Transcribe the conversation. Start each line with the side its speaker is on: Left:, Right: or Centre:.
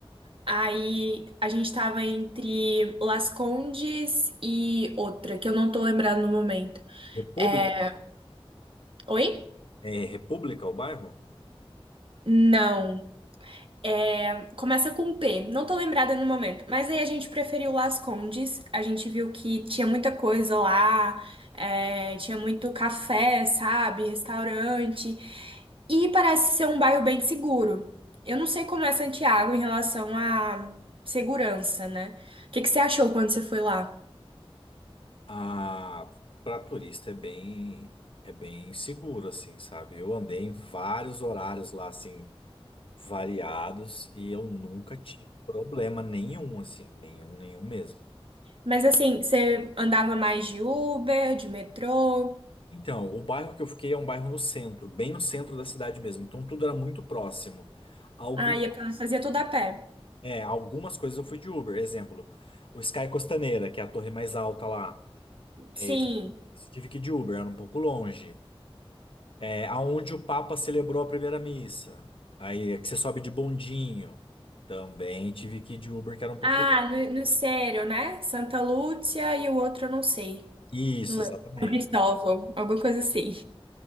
Right: Aí a gente tava entre Las Condes e outra, que eu não tô lembrando no momento.
Left: República,
Right: É, Oi?
Left: é República o bairro?
Right: Não. É, começa com P. Não tô lembrada no momento. Mas aí a gente preferiu Las Condes. A gente viu que tinha muita coisa lá. é, tinha muito café, sabe? Restaurante. E parece ser um bairro bem seguro. Eu não sei como é Santiago em relação à segurança, né? O que que você achou quando você foi lá?
Left: Ah, para turista é bem é bem seguro assim, sabe? Eu andei em vários horários lá assim variados e eu nunca tive problema nenhum assim, nenhum, nenhum mesmo.
Right: Mas assim, você andava mais de Uber, de metrô?
Left: Então, o bairro que eu fiquei é um bairro no centro, bem no centro da cidade mesmo, então tudo era muito próximo. Algum
Right: Ah, ia pra- fazia tudo a pé.
Left: é, algumas coisas eu fui de Uber, exemplo, o Sky Costaneira, que é a torre mais alta lá, é,
Right: Sim.
Left: esse esse eu tive que ir de Uber, era um pouco longe. É, aonde o Papa celebrou a primeira missa. Aí é que você sobe de bondinho. Também tive que ir de Uber, que era um pouco.
Right: Ah, no, no Sério, né? Santa Lúcia e o outro eu não sei.
Left: Isso,
Right: Não lembro.
Left: exatamente.
Right: São Cristóvão, alguma coisa assim.